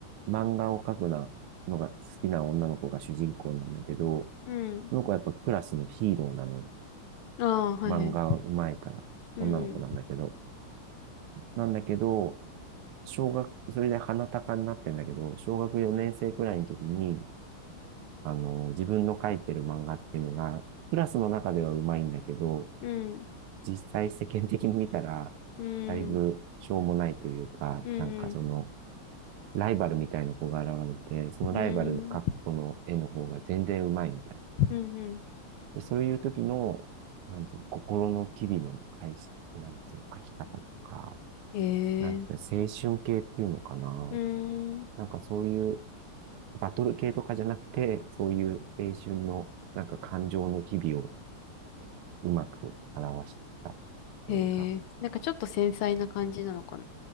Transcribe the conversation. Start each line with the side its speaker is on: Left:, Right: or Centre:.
Right: う、漫画を描くなのが好きな女の子が主人公なんだけど、
Left: うん。
Right: その子はやっぱクラスのヒーローなのよ。
Left: ああ、はいはい。
Right: 漫画うまいから、
Left: うん。
Right: 女の子なんだけど。なんだけど、小学、それで鼻高になってんだけど、小学4年生くらいの時に、あの、自分の描いてる漫画っていうのが、クラスの中ではうまいんだけど、
Left: うん。
Right: 実際世間的に見たら、
Left: うん。
Right: だいぶしょうもないというか、
Left: うん。
Right: なんかその、ライバルみたいな子が現れて、そのライバルの描く子の絵の方が全然うまいみたいな。
Left: うん。うん。うん。
Right: で、そういう時の、なんていうの、心の機微の返し、なんていうの、描き方とか、
Left: えー。
Right: なんて、青春系っていうのかな。
Left: うん。
Right: なんかそういう、バトル系とかじゃなくて、そういう青春の、なんか感情の機微をうまく表した
Left: えー。
Right: 映画。
Left: なんかちょっと繊細な感じなのかな。